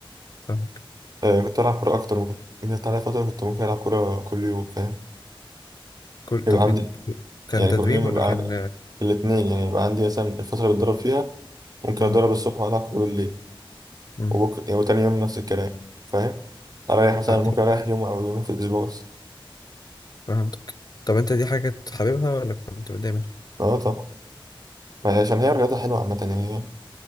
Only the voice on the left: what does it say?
فاهم.
كل
طب
إن- كان
تدريب
ولا
كان
مم.
مم.
آه، طيب.
فهمتك طب أنت دي حاجة حاببها ولا كنت متضايق منها؟